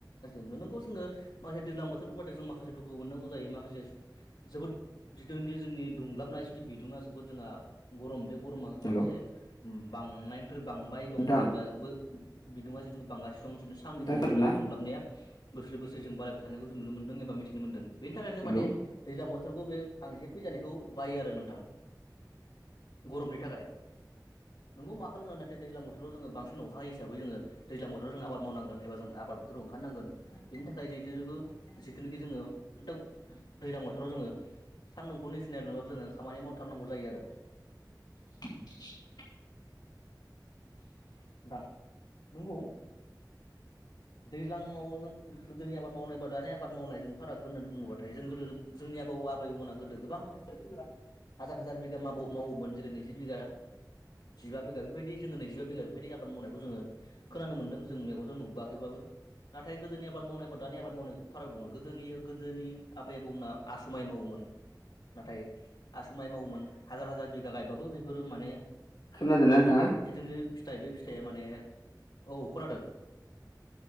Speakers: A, on the left (about 80°); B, on the left (about 65°).
A: <unintelligible> नंगौ जोङो माखासे दैज्लां बोथोरबो बादि जों माखासे दुखु मोननांगौ जायो माखासे जोबोद जिथुनाखि जोंनि दुंग्लाबनाय जिथु बिदुङा जोबोद जोंहा गरम बे गरमा
B: हेल'
A: माखासे बांनायनिफ्राय बांबाय
B: नोंथां
A: दं जेनेबा बिदुङा जिथु बांगासिनो दं साननि
B: नोंथाङा
A: दुंग्लाबनाय
B: खोनादोंना
A: बे दुंग्लाबनाया बोसोरै बोसोर जों बारायबाय थानायखौ जों नुनो मोनदों एबा मिथिनो मोनदों बिनि थाखायनो
B: हेलौ
A: माने दैज्लां बोथोरखौ बे आं एसे फैजानायखौ बायो आरो नोंथां गरमनि थाखाय नंगौ मा खालामनो नाथाय दैज्लां बोथोराव जों बांसिन अखा हिसाबै जों दैज्लां बोथोराव जों आबाद मावनो एबा जों आबाद फोथाराव ओंखारनांगोन बेनि थाखाय जेजों जिथुनाखि जोङो दैज्लां बोथोराव जोङो सान्दुंखौ नेनायबाबो जोङो खामानि मावथ थारनांगौ जायो आरो
B: <unintelligible>
A: नोंथां नंगौ दैज्लां मावनो गोदोनि आबाद मावनाय बा दानि आबाद मावनायजों फाराग होन्नानै बुङोबाथाय जों गोदो जोंनि आबौ आबैमोना गोदो गोबां
B: <unintelligible>
A: हाजार हाजार बिगा माव मावोमोन जेरै नैजि बिघा जिबा बिगा बेफोरबायदि जो नैजिबा बिघा बेबायदि <unintelligible> मावनायखौ जोङो खोनानो मोनदों जों मेगनजों नुबोआखैबाबो नाथाय गोदोनि आबाद मावनायमोन दानि आबाद मावनाय फाराग दङ गोदोनि गोदोनि आबै आबौमोनना आसुमाय मावोमोन नाथाय आसु माइ मावोमोन हाजार हाजार बिगा गायबाबो बेफोरो माने
B: खोनादोंना नोंथाङा
A: जिथु फिथाइ बे फिथाइया माने औ खोनादों -